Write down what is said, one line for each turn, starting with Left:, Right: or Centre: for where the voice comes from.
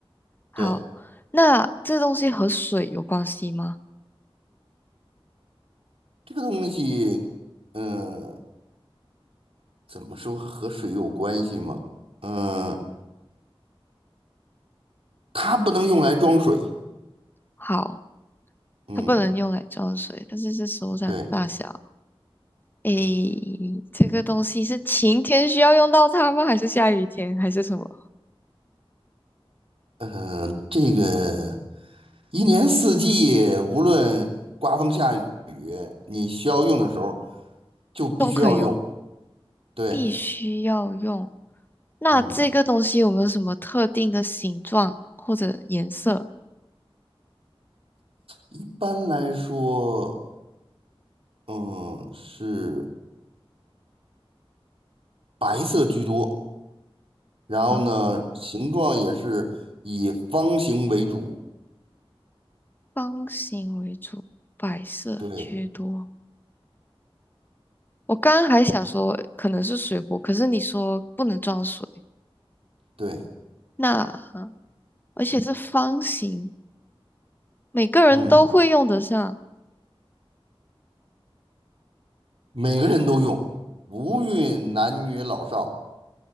Left: 好，
Right: 对，
Left: 那这东西和水有关系吗？
Right: 这个东西，嗯、怎么说和水有关系吗？嗯、它不能用来装水。
Left: 好，
Right: 嗯，
Left: 它不能用来装水，但是是手掌的大小。
Right: 对，
Left: 诶，这个东西是晴天需要用到它吗？还是下雨天？还是什么？
Right: 嗯、这个。一年四季，无论刮风下雨，你需要用的时候就必须要用。
Left: 都可以用，
Right: 对，
Left: 必须要用。那这个东西有没有什么特定的形状或者颜色？
Right: 嗯，一般来说，嗯，是白色居多，然后呢，
Left: 好，
Right: 形状也是以方形为主。
Left: 方形为主，白色居多。
Right: 对
Left: 我刚刚还想说可能是水壶，可是你说不能装水，
Right: 对，
Left: 那而且是方形，每个人都会用得上。
Right: 嗯，每个人都用，无论男女老少。